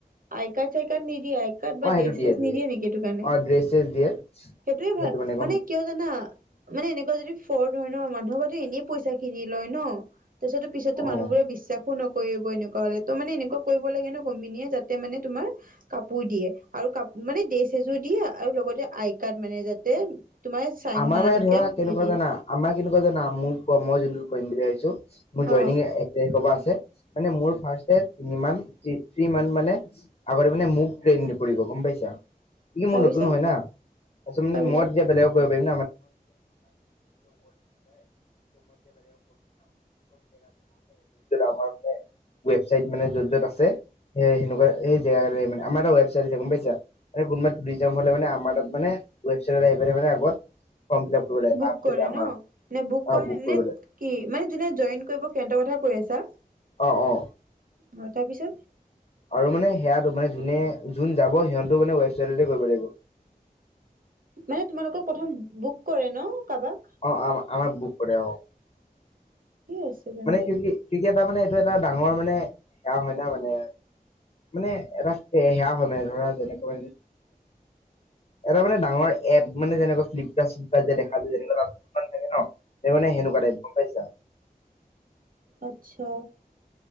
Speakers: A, on the right (about 65°); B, on the left (about 45°).
A: আই কাৰ্ড, চাই কাৰ্ড নিদিয়ে আই কাৰ্ড
B: অ
A: বা
B: সেইটো
A: ড্ৰেছ,
B: দিয়ে
A: ছেচ
B: দিয়ে
A: নিদিয়ে নেকি এইটো কাৰণে
B: অ ড্ৰেছ চেছ দিয়ে
A: সেইটোয়ে
B: সেইটো
A: ভাল
B: গম
A: মানে কিয় জানা মানে এনেকুৱা যদি ফৰ। ধৰে ন মানুহৰ প্ৰতি এনেই পইচা খিনিত। লয় ন' তাৰপিছতো পিছত টো
B: অ
A: মানুহবোৰে বিশ্বাসো নকৰে। কৰিব এনেকুৱা হ'লে ত মানে এনেকুৱা কৰিব লাগে ন কোম্পনীয়ে যাতে মানে তোমাৰ কাপোৰ দিয়ে আৰু কাপো মানে ড্ৰেছ ছেচও দিয়ে আৰু লগতে আই কাৰ্ড মানে যাতে। তোমাৰ চাইন
B: আমাৰ
A: মাৰা
B: মানে
A: থাকে
B: ধৰা কেনেকুৱা
A: হেৰি
B: জানা আমাৰ কিন্তু। ক জানা মোক কোৱা মই যোনটো কৰিম বুলি আহিছো। মোৰ জইনিং
A: অ
B: এ এক তাৰিখৰ পৰা আছ ছে মানে মোৰ ফাৰ্ষ্টতেত মিনিমাম এইটি মান মানে আগতে মানে মোক ট্ৰেইন কৰিব গম পাইছা। ই
A: তাৰপিছত
B: মোৰ নতুন হয় না তাৰপিছত মানে
A: তাৰপিছত
B: মই তেতিয়া বেলেগক। <unintelligible> য'ত য'ত আমাৰ ৱেবচাইট মানে য'ত, য'ত আছে সে সেনোকোৱাই আমাৰ এটা ৱেবচাইট আছে গম পাইছা মানে কোনোবা টুৰিজম হলে মানে আমাৰ তাত মানে ৱেবাইটত আহি পেনাই মানে। <unintelligible> লাগে
A: বুক
B: তাৰপিছতে
A: কৰে
B: আমাৰ
A: নহ, নে বুক
B: অ
A: কৰে
B: কৰিব
A: নে
B: লাগে
A: কি মানে যোনে জইন কৰিব সিহতৰ কথা কৈ আছা।
B: অ, অ।
A: হয় তাৰপিছত।
B: আৰু মানে সেয়াটো মানে যোনে, যোন যাব সিহঁতো মানে ৱেবছাইটতে কৰিব লাগিব।
A: মানে তোমালোকক প্ৰথম বুক কৰে নহ কাবাক।
B: অ আম আমাক বুক কৰে অ
A: আছে তেন্তে
B: মানে কি কি কি এটা মানে এটা ডাঙৰ মানে সেয়া হয় ন মানে মানে এটা সেয়া হয় মানে ধৰা যেনেকৈ এটা মানে ডাঙৰ এপ মানে যেনেকুৱা ফ্লিপকাৰ্ট চ্লিপকাৰ্ট যে দেখা যে যেনেকুৱা কিছুমান মান থাকে ন সেইকাৰণে সেনেকুৱা টাইপ গম পাইছা
A: আচ্ছা